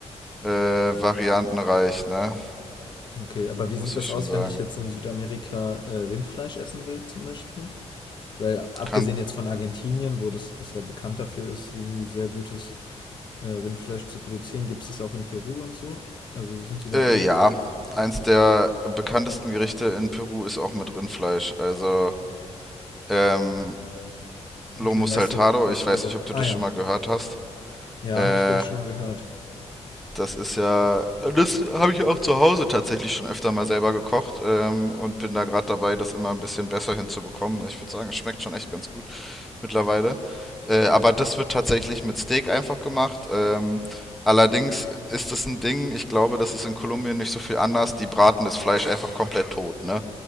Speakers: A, in the centre; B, on the left (about 40°).
A: äh, variantenreich, ne?
B: okay, aber wie
A: Muss
B: sieht das
A: ich schon
B: aus,
A: sagen.
B: wenn ich jetzt in Südamerika äh, Rindfleisch essen will, zum Beispiel? Weil abgesehen
A: Kann,
B: jetzt von Argentinien, wo das bisher bekannt dafür ist, irgendwie sehr gutes äh, Rindfleisch zu produzieren, gibt es das auch in Peru und so? Also sind die da
A: äh,
B: auch?
A: ja, eins der bekanntesten Gerichte in Peru ist auch mit Rindfleisch. Also, ähm, Lomo
B: Okay, weißt
A: Saltado,
B: du, weißt
A: ich weiß
B: du wieder.
A: nicht, ob du
B: Ah
A: das
B: ja.
A: schon mal gehört hast.
B: Ja,
A: Äh,
B: habe ich glaube ich schon mal gehört.
A: Das ist ja, das habe ich auch zu Hause tatsächlich schon öfter mal selber gekocht ähm, und bin da gerade dabei, das immer ein bisschen besser hinzubekommen. Ich würde sagen, es schmeckt schon echt ganz gut mittlerweile. Äh, aber das wird tatsächlich mit Steak einfach gemacht. Ähm, allerdings ist das ein Ding, ich glaube, das ist in Kolumbien nicht so viel anders. Die braten das Fleisch einfach komplett tot, ne?